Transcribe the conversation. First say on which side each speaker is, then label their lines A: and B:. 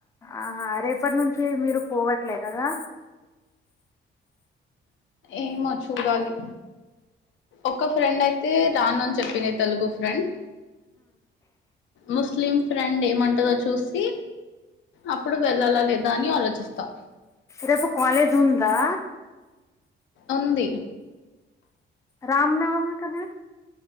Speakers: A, on the left; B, on the left.
A: ఆహా రేపటి నుంచి మీరు పోవట్లే కదా
B: ఏమో చూడాలి ఒక ఫ్రెండ్ అయితే రాను అని చెప్పింది తెలుగు ఫ్రెండ్ ముస్లిం ఫ్రెండ్ ఏమంటదో చూసి అప్పుడు వెళ్ళాలా లేదా అని ఆలోచిస్తా
A: రేపు కాలజ్ ఉందా
B: ఉంది
A: రామ్నవమి కదా